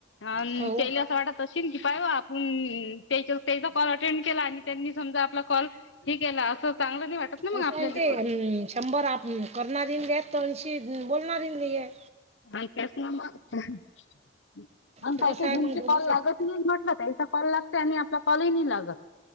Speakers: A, on the left; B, on the right.
A: अा
B: हो
A: केल असं वाटत तशील की पाय वा आपण त्या त्याचा कॉल अटेंड केला आणि त्यांनी समजा आपला कॉल ठीक आहे असं चांगलं नाही वाटत ना मग
B: असं
A: आपल्याला
B: ते
A: पण
B: शंभर आप करणार इंग आहेत तर ऐंशी बोलणार इंगलीय
A: आय त्यासन मगं आणि
B: ते
A: काय
B: कसं
A: काय
B: आहे
A: जणचे
B: मग दोघीच
A: कॉल लागत <unintelligible> म्हटल त्याचा कॉल लागतोय आणि आपला कॉलही नाही लागत.